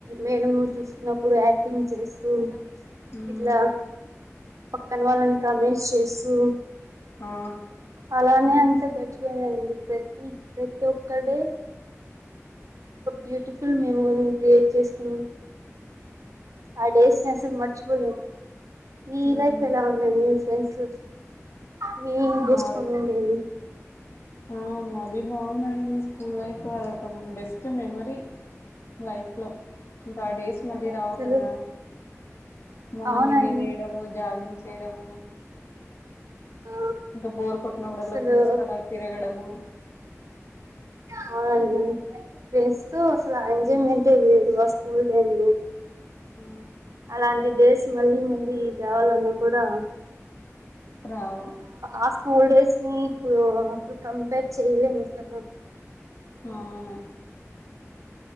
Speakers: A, on the right; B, on the left.
A: మేడం చూస్తున్నప్పుడు యాక్టింగ్ చేస్తూ
B: ఉమ్
A: ఇట్లా పక్కన వాళ్ళని కామెంట్స్ చేస్తూ,
B: ఆ
A: అలానే అ గడిచిపోయిందండి. ప్రతి ఒక్క డే బ్యూటిఫుల్ మెమోరీని క్రియేట్ చేసుకున్నాం. ఆ డేస్ ని అసలు మర్చిపోలేము మీ
B: హ్మ్
A: లైఫ్ ఎలా ఉందండి. మీ ఫ్రెండ్స్ లో మీ బెస్ట్
B: మా
A: పం ఉండేది.
B: ఆ మాది బాగుందండి స్కూల్ లైఫ్ అదొ బెస్ట్ మెమరీ లైఫ్ లో ఇంకా ఆ డేస్ మళ్లీ రావు
A: అసలు
B: కదా మార్నింగ్
A: అవునండి
B: ఎ లేడము జాగి గ్ చేయడం.
A: ఆ
B: ఇంకా బోర్ కొట్టినప్పుడల్లా
A: అసలు
B: ఫ్రెండ్స్ అలా తిరగడము.
A: అవునండి. ఫ్రెండ్స్ తో అసలు ఎంజాయ్మెంట్ వేరు ఆ స్కూల్ టైమ్ లో
B: ఆ!
A: అలాంటి డేస్ మళ్ళీ మళ్ళీ రావాలన్నా కూడా
B: రావు
A: ఆ స్కూల్ డేస్ ని ఇప్పుడు అసలు కంపేర్ చేయలేము అసలు.
B: అవును